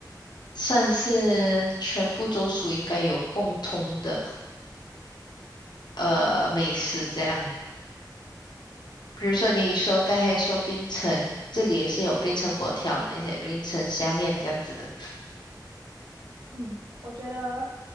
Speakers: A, on the left (about 70°); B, on the right (about 65°).
A: 算是全部州属应该有共通的呃美食这样，
B: 嗯，
A: 比如说你说刚才说槟城，
B: 对对，
A: 这里也是有槟城粿条那些槟城虾面这样子的，
B: 嗯，我觉得